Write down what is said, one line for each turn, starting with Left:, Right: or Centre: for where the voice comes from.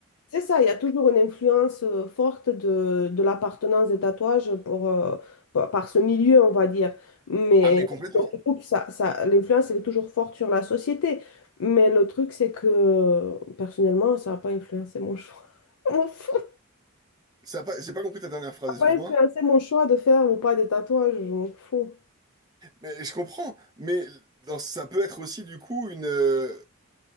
Left: C'est ça, il y a toujours une influence euh, forte de, de l'appartenance des tatouages pour, euh, par par ce milieu, on va dire. Mais
Right: Ah mais complètement.
Left: donc, du coup, ça, ça, l'influence, elle est toujours forte sur la société. Mais le truc, c'est que personnellement, ça n'a pas influencé mon choix. <laughs> Je m'en fous.
Right: Ça a pas- j'ai pas compris ta dernière phrase,
Left: Ça n'a
Right: excuse-moi.
Left: pas influencé mon choix de faire ou pas des tatouages, je m'en fous.
Right: Mais je comprends, mais dans- ça peut être aussi du coup une, euh,